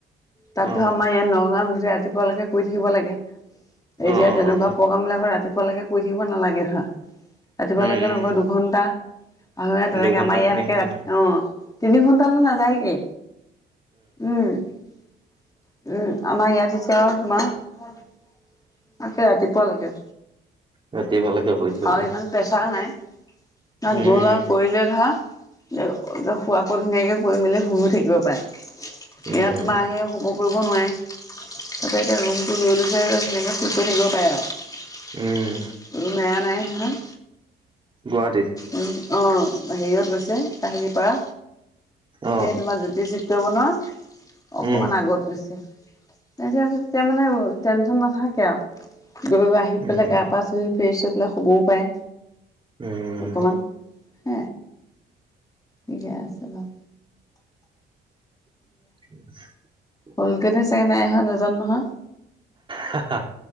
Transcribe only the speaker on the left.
তাত
ধৰা, আমাৰ ইয়াত নগাঁওত গোটেই ৰা <unintelligible> পালৈকে কৈ থাকিব লাগে। এতিয়া
তেনেকুৱা
প্ৰগ্ৰামিলাক ৰাতি ব লাগে। কৰি থাকিব নালাগে হা। ৰাতিপুৱা
লৈকে
নহয়, দুঘন্টা অ' তেনেকে
আমাৰ ইয়াতকে
ৰাতি, অঁ, তিনি ঘন্টালৈ নাযায় গে, উম। উম, আমাৰ ইয়াত এতিয়া <unintelligible> তাকে ৰাতিপুৱালৈকে।
আৰু
ইমান প্ৰেছাৰ নাই। তাত
গ'ল আৰু কৰিলে শোৱা আকৌ, ধুনীয়াকে কৰি মেলি শুইও থাকিব পাৰে।
ইয়াত তোমাৰ আহে হুব কৰিব নোৱাৰে, তাতে এতিয়া ৰুমটো লৈ লৈছে তেনেকৈ শুই কৰি থাকিব পাৰে আৰু।
বেয়া নাই, হম।
উম অঁ। হেৰিয়ত গৈছে কাহিলীপাৰা,
এই তোমাৰ জ্যোতি চিত <unintelligible> অকমান
আগত গৈছে। <unintelligible> তেতিয়া মানে টেনশ্যন নাথা কিয়। গৈ আহি
পেলাই, গা পা ধুই ফ্ৰেছ হৈ পেলাই শুবও পাৰে।
অকমান হ, ঠিকে আছে বাৰ।
সলগনে চে নাই, হয় নাজানো নহয়।